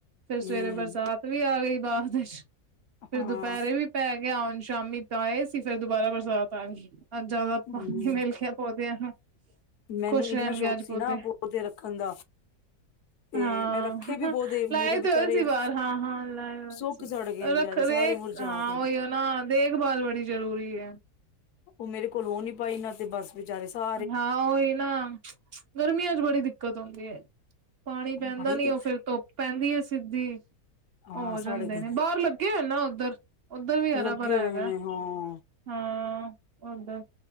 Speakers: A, on the right (about 65°); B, on the left (about 90°).
A: ਫੇਰ ਸਵੇਰੇ
B: ਹਮ
A: ਬਰਸਾਤ ਵੀ ਆ ਗਈ ਬਾਅਦ ਵਿੱਚ ਫਿਰ
B: ਹਾਂ
A: ਦੁਪਹਿਰੇ ਵੀ ਪੈ ਗਿਆ ਆਉਣ ਸ਼ਾਮੀ ਤਾਂ ਆਏ ਸੀ ਫਿਰ ਦੁਬਾਰਾ ਬਰਸਾਤ ਆ ਗਈ। ਅੱਜ ਜਿਆਦਾ
B: ਹਮ
A: ਪਾਣੀ ਮਿਲ ਗਿਆ ਪੌਦਿਆਂ ਨੂੰ
B: ਮੈਨੂੰ
A: ਖੁਸ਼
B: ਇੰਨਾ
A: ਰਹਿਣਗੇ
B: ਸ਼ੌਕ
A: ਅੱਜ
B: ਸੀ
A: ਪੌਦੇ
B: ਨਾ ਰੱਖਣ ਦਾ ਤੇ
A: ਹਾਂ
B: ਮੈਂ ਰੱਖੇ ਵੀ ਪੌਦੇ
A: ਲਾਏ
B: ਮੇਰੇ
A: ਤੇ
B: ਵਿਚਾਰੇ
A: ਹੋਏ ਸੀ ਬਾਹਰ ਹਾਂ ਹਾਂ ਲਾਏ ਹੋਏ
B: ਸੁੱਕ
A: ਸੀ।
B: ਸੜ ਗਏ ਨੇ ਵਿਚਾਰੇ
A: ਰੱਖ ਰੇਖ
B: ਸਾਰੇ ਮੁਰਝਾ
A: ਹਾਂ
B: ਗਏ ਨੇ
A: ਉਹੀ ਉਹ ਨਾ ਦੇਖਭਾਲ ਬੜੀ ਜ਼ਰੂਰੀ ਹੈ।
B: ਉਹ ਮੇਰੇ ਕੋਲੋ ਹੋ ਨੀ ਪਾਈ ਇਨਾਂ ਤੇ ਬਸ ਵਿਚਾਰੇ ਸਾ
A: ਹਾਂ ਉਹੀ ਨਾ ਗਰਮੀਆਂ ਚ ਬੜੀ ਦਿੱਕਤ ਹੁੰਦੀ ਏ। ਪਾਣੀ ਪੈਂਦਾ
B: ਬੜੀ
A: ਨੀ
B: ਤੇ
A: ਉਹ ਫਿਰ ਧੁੱਪ ਪੈਂਦੀ ਹੈ ਸਿੱਧੀ
B: ਹਾਂ
A: ਹੋ ਜਾਂਦੇ
B: ਸੜ ਗਏ
A: ਨੇ ਬਾਹਰ ਲੱਗੇ ਹੋਏ ਨਾ ਉਧਰ ਉਧਰ ਵੀ ਹਰਾ
B: ਲੱਗੇ
A: ਭਰਾ
B: ਹੋਏ
A: ਹੈਗਾ
B: ਨੇ
A: ਏ।
B: ਹਾਂ
A: ਹਾਂ ਉਹਦਾ